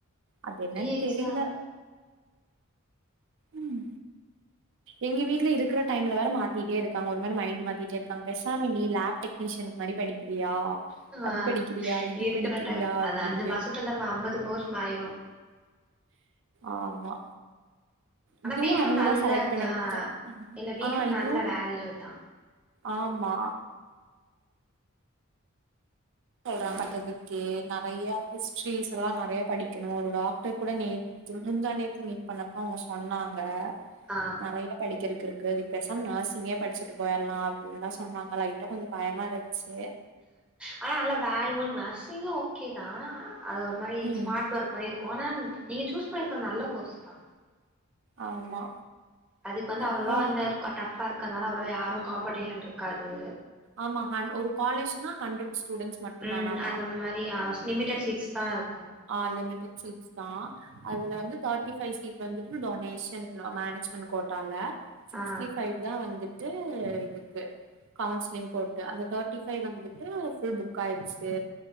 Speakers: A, on the right (about 60°); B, in the centre.
A: அது என்னன்னு
B: ரீ எக்ஸாம்
A: தெரில ம் எங்க வீட்லா இருக்கிற டைம்ல வேற மாத்திட்டேருக்காங்க ஒரு மாதிரி மைண்ட் மாத்திட்டே இருக்காங்க பேசாமா லேப் டெக் னீஷன்க்கு மாரி படிக்கிறியா அது
B: ஆ
A: படிக்கிறியா இது
B: இருக்கிற
A: படிக்கிறியா
B: டைம்
A: அப்டின்னு
B: அது அஞ்சு மாசத்துல ஐம்பது கோர்ஸ் மாறிரு
A: ஆமா
B: ஆனா
A: இதுவு
B: பீஃபு
A: அவங்கதா
B: நல்லதா
A: செலக்ட் பண்ணிருக்கா
B: இல்ல பீஃபு
A: ஆ இதுவு
B: நல்ல வேல்யூ தா
A: ஆமா சொல்றாங்க அததுக்கு நெறைய ஹிஸ்ட்ரிஸ் எல்லா நெறயா படிக்கணு ஒரு டாக்டர் கூட நேத் து முந்தானேத்து மீட் பண்ணப்ப அவங்க சொன்னாங்க
B: ஆ
A: நெறைய படிக்கிறக்கு இருக்கு இது பேசாம நர்சிங்கே படிச்சுட்டு போயிர்லா அப்டின்தா சொன்னாங்க லைட் டா கொஞ்சோ பயமா இருந்த்ச்சு
B: ஆனா நல்லா வேல்யு உங்ளுக் நர்ஸிங்கு ஓகே தா அது ஒரு மாரி
A: ம்
B: ஸ்மார்ட் ஒர்க் மாரி இருக்கு ஆனா நீங்க சூஸ் பண்ணிருக்கது நல்ல கோர்ஸ் தா
A: ஆமா
B: அதுக் வந்து
A: அப்றோ
B: அவ்வளவா அந்த க டஃப்பா இருக்கனாலா அவ்ளவா யாரு காம்படிஷன் இருக்காது
A: ஆமா ஹ ஒரு காலேஜ்னா ஹண்ட்ரஸ் ஸ்டூடெண்ட்ஸ் மட்டுந்தானாமா
B: ம் அந்த மாரியா லிமிடட் சீட்ஸ் தா இருக்கு
A: ஆ லிமிட்டட் சீட்ஸ் தா அதுல வந்து தர்ட்டி ஃபைவ் சீட் வந்துட்டு டொனேஷன் அ மேனேஜ்மென்ட் கோட்டாலா சிக்ஸ்டி
B: ஆ
A: ஃபைவ் தா வந்துட்டு இதுக்கு கவுன்சிலிங் போட்டு அந்த தேர்ட்டி ஃபைவ் வந்துட்டு புல் புக் ஆயிடுச்சு